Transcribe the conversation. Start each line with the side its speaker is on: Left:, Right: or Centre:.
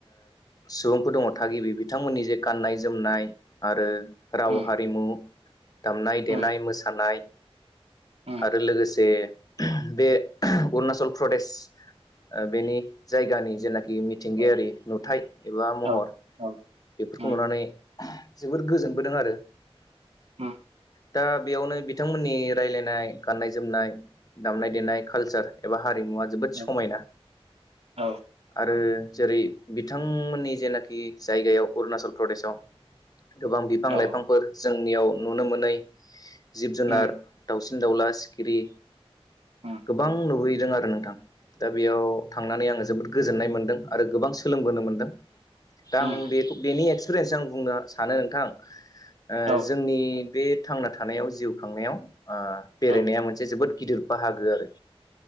Left: सुबुंफोर दङ थागिबि बिथांमोननि जे गाननाय जोमनाय आरो राव
Right: उम
Left: हारिमु दामनाय देनाय
Right: उम
Left: मोसानाय
Right: उम
Left: आरो लोगोसे बे अरुणचल प्रदेश बेनि जायगानि जेनाखि मिथिंगायारि
Right: औ
Left: नुथाय एबा महर
Right: औ औ
Left: बेफोरखौ
Right: उम
Left: नुनानै जोबोर गोजोनबोदों आरो
Right: उम
Left: दा बेयावनो बिथांमोननि रायलायनाय गाननाय जोमनाय दामनाय देनाय कालचार एबा हारिमुवा जोबोद
Right: औ
Left: समायना
Right: औ
Left: आरो जेरै बिथांमोननि जेनाखि जायगायाव अरुणाचल प्रदेशआव गोबां बिफां
Right: औ
Left: लाइफांफोर जोंनियाव नुनो मोनै जिब जुनार
Right: उम
Left: दावसिन दावला सिखिरि
Right: उम
Left: गोबां नुबोयो <inaudible> आरो नोंथां दा बेयाव थांनानै आङो जोबोद गोजोननाय मोनदों आरो गोबां सोलोंबोनो मोनदों
Right: उम
Left: दा आं बे बेनि एक्सपिरियेन्सजों आं बुंनो सानो नोंथां
Right: औ
Left: जोंनि बे थांना थानायाव जिउ खांनायाव ओ बेरायनाया
Right: औ
Left: मोनसे जोबोद गिदिर बाहागो आरो